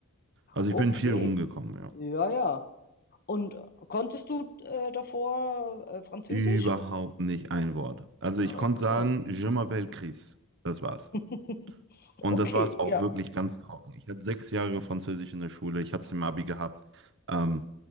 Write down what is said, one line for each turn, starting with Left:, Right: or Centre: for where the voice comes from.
Right: Also
Left: Okay.
Right: ich bin viel rumgekommen, ja.
Left: Ja, ja. Und konntest du äh, davor äh, Französisch?
Right: Überhaupt nicht ein Wort. Also ich
Left: Okay.
Right: konnte sagen, Je m'appelle Chris. Das war's.
Left: <laughs>
Right: Und
Left: Okay,
Right: das war's auch
Left: ja.
Right: wirklich ganz trocken. Ich hatte sechs Jahre Französisch in der Schule, ich habe es im Abi gehabt. Ähm,